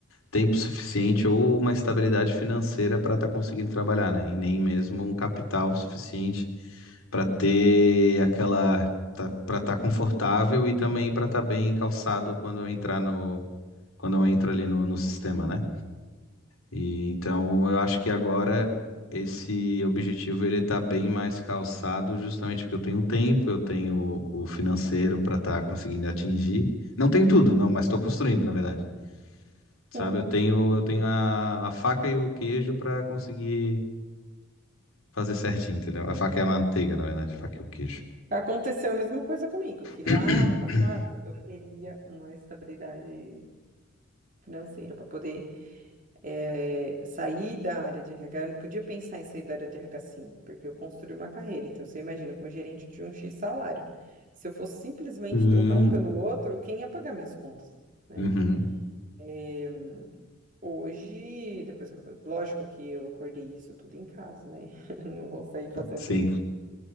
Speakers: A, on the left (about 85°); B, on the right (about 40°).
A: tempo suficiente ou uma estabilidade financeira para estar conseguindo trabalhar, né? E nem mesmo um capital suficiente para ter aquela para estar confortável e também para estar bem calçado quando eu entrar no quando eu entro ali no, no sistema, né? E então eu acho que agora esse objetivo ele tá bem mais calçado justamente porque eu tenho tempo, eu tenho o financeiro para estar conseguindo atingir. Não tenho tudo, não, mas estou construindo, na verdade. Sabe?
B: Sim.
A: Eu tenho, eu tenho a, a faca e o queijo pra conseguir fazer certinho, entendeu? A faca é a manteiga, na verdade, a faca e o queijo.
B: Aconteceu a mesma coisa comigo, que lá
A: <coughs>
B: no passado eu queria uma estabilidade financeira para poder eh, sair da área de RH. Eu não podia pensar em sair da área de RH sim, porque eu construí uma carreira. Então você imagina, como gerente de um X salário. Se eu fosse simplesmente
A: Hum,
B: trocar um pelo outro, quem ia pagar minhas contas? né?
A: uhum,
B: Eh, Hoje, depois, lógico que eu acordei isso tudo em casa, né? <laughs> Não vou sair fazendo
A: sim.
B: isso.